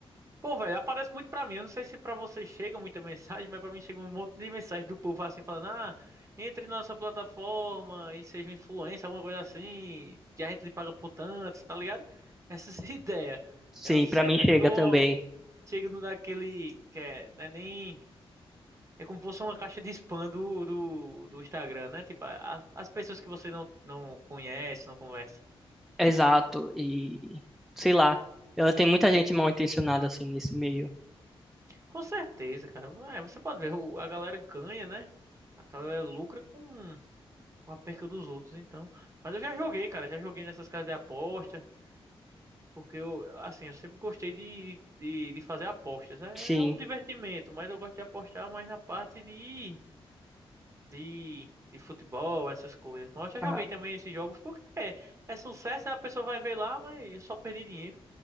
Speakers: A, on the right; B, in the centre.
A: Pô, velho, aparece muito pra mim. Eu não sei se pra vocês chega muita mensagem, mas pra mim chega um monte de mensagem do povo assim falando: "Ah, entre na nossa plataforma e seja um influencer, alguma coisa assim, que a gente lhe paga por tanto", tá ligado? Essas <laughs> ideias.
B: Sim,
A: Eu sempre
B: pra mim chega
A: digo, ó,
B: também.
A: chego no- naquele que é, não é nem é como se fosse uma caixa de spam do, do, do Instagram, né? Tipo, a- as pessoas que você não, não conhece, não conversa.
B: Exato. E sei lá, ela tem muita gente mal intencionada assim nesse meio.
A: Com certeza, cara. É, você pode ver, o- a galera ganha, né? A galera lucra com Uma perca dos outros, então. Mas eu já joguei, cara, já joguei nessas casas de aposta, porque eu, assim, eu sempre gostei de, de, de fazer apostas. É
B: Sim.
A: é um divertimento, mas eu gosto de apostar mais na parte de, de, de futebol, essas coisas. Mas eu
B: Ah,
A: já joguei também esses jogos, porque é, é sucesso, né? A pessoa vai ver lá, mas eu só perdi dinheiro.